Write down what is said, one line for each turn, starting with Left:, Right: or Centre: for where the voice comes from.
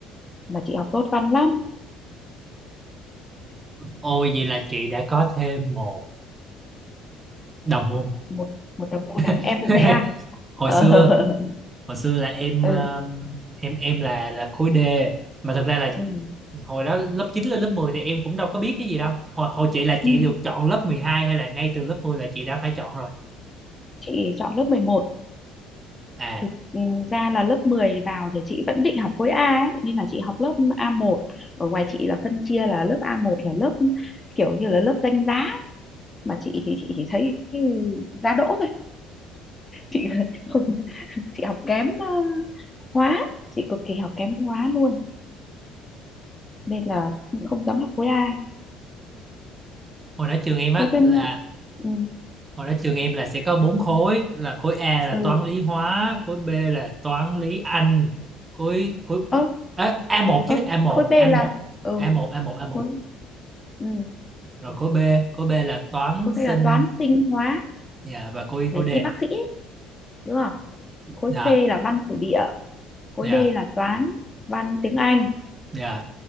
Left: mà chị học tốt văn lắm
Right: Ôi vậy là chị đã có thêm một đồng môn.
Left: một một đồng môn à
Right: <laughs>
Left: em cũng thế à
Right: Hồi
Left: ờ.
Right: xưa,
Left: <laughs>
Right: hồi xưa là em
Left: ừ.
Right: um, em em là là khối D mà thật ra là
Left: Ừ.
Right: hồi đó lớp 9 lên lớp 10 thì em cũng đâu có biết cái gì đâu. Hồi hồi chị là
Left: Ừ.
Right: chị được chọn lớp 12 hay là ngay từ lớp 10 là chị đã phải chọn rồi.
Left: chị chọn lớp mười một
Right: À,
Left: thực ừ, ra là lớp 10 vào thì chị vẫn định học khối A ấy nên là chị học lớp a một ở ngoài chị là phân chia là lớp a một là lớp kiểu như là lớp danh giá mà chị thì chị chỉ thấy ừ, giá đỗ thôi chị <laughs> không chị học kém ờ, hóa chị cực kỳ học kém hóa luôn nên là không, không dám học khối A
Right: hồi đó trường em á
Left: thế bên
Right: là
Left: ừ
Right: Hồi đó trường em là sẽ có bốn khối là khối A là
Left: ừ
Right: toán lý hóa, khối B là toán lý Anh, khối khối
Left: ơ
Right: Ê, a một
Left: ơ
Right: chứ a một
Left: khối B
Right: a
Left: là
Right: một
Left: ừ
Right: a một a một a một
Left: khối ừ,
Right: rồi khối B khối B là toán
Left: khối B
Right: sinh
Left: là toán sinh hóa
Right: dạ, và khối
Left: để
Right: khối D
Left: thi bác sĩ ấy, đúng không khối
Right: dạ
Left: C là văn sử địa khối
Right: dạ
Left: D là toán văn tiếng Anh
Right: dạ